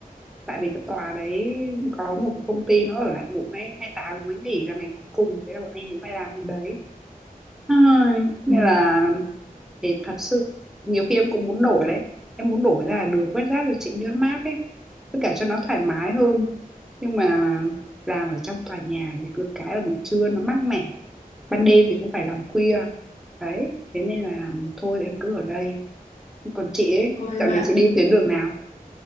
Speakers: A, in the centre; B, on the left.
A: Tại vì cái tòa đấy có một cái công ty nó ở lại muộn ấy, 28 nó mới nghỉ là ngày cuối cùng, thế là bọn em cũng phải làm cái đấy. Ai, Nên
B: Ừ,
A: là để thật sự nhiều khi em cũng muốn đổi đấy. Em muốn đổi ra đường quét rác rồi chị cho nó mát ấy. Với cả cho nó thoải mái hơn. Nhưng mà làm ở trong tòa nhà thì cứ cái là buổi trưa nó mát mẻ. Ban đêm thì cũng phải làm khuya. Đấy, thế nên là thôi em cứ ở đây. Còn chị ấy,
B: thôi em
A: dạo này
B: ạ.
A: chị đi tuyến đường nào?